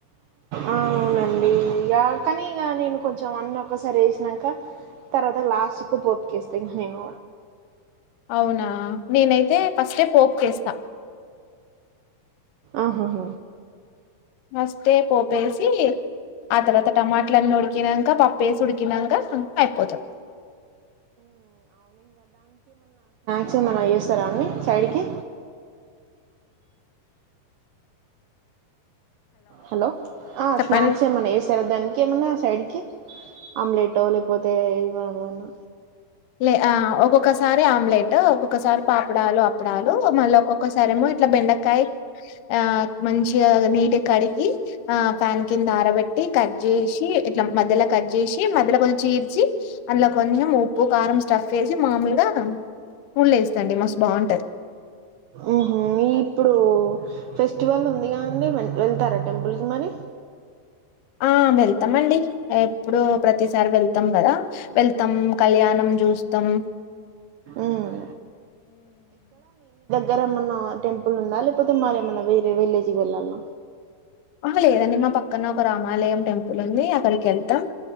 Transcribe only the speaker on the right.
అవునండి ఇక కానీ ఇగ నేను కొంచెం అన్నీ ఒక్కసారి ఏసినంక తర్వాత లాస్ట్కు పోపుకేస్తా ఇంక నేను
ఆహాహ
చ్చేమనా చేస్తారా అండి సైడ్కి హలో ఆ
స్నాక్స్ ఏమన్నా ఎస్తారా దానికి ఏమన్నా ఆ సైడ్కి ఆమ్లెట్ లేకపోతే ఏదికావలన్న
ఓహో ఇప్పుడు ఫెస్టివల్ ఉంది కాండి వెళ్తారా టెంపుల్కిి మరి
ఉమ్ గర్ ఏమన్నా టెంపుల్ ఉందా లేకపోతే మరి ఏమన్నా వేరే వెళ్లేేజి వెళ్లల్న